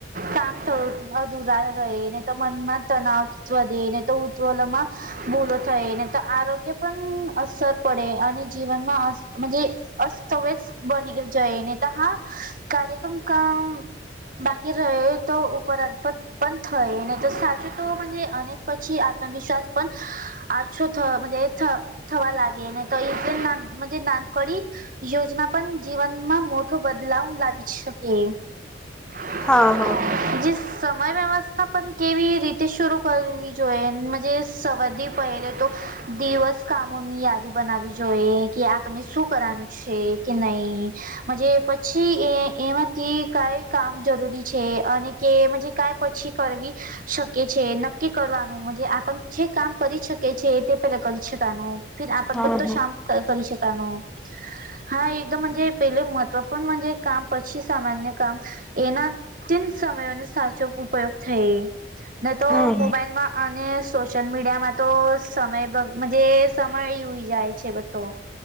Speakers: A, on the right (about 50°); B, in the centre.
A: કામ થધુરા રહે ને તો મનમાં તનાવ વધ દે ને તો ઉવમાં ભૂલો થાય ને તો આરોગ્ય પણ અસર પડે અને જીવનમાં જ અસ્તવ્યસ બનગીર જયનેતા હા કાર્યક્રમ ક બાકી રહે તો ઉપરાધપદ પણ થઈ ને તો સાચું તો અનેક પછી આત્મવિશ્વાસ પણ આશવ થ થ થવા લાગે ન તો ના ના કડી યોજના પણ જીવનમાં મોટો બદલાવ લાવી શકે હ
B: હા હા હા
A: જે સમય વ્યવસ્થા પણ કેવી રીતે શરૂ કરવી જોઈએજ સવાદી પહેલે તો દિવસ કામોની યાદી બનાવી જોઈએ કે આપ આપને શું કરવાનું છે કે નહી. જ પછી એ એમાંથી કઈ કામ જરૂરી છે અને કેજ કઈ પછી કરવી. શકે છે નક્કી કરવાનું આપણ જે કામ કરી શકે છે તે પેલા કરી શકનું ફ આપ
B: હા
A: બધતો
B: હા
A: શ્યામ કરી શકાનો હા એકદમજ. પેલે મહત્ત્વપૂર્ણ મંજે કામ પછી સામાન્ય કામ. એના તન સમય ન સાચો ઉપયોગ થઈ નને તો
B: હા હા
A: મોબાઈલમાં અને સોશિયલ મીડિયામાં તો સમય સમય ઈ જાય છે બધો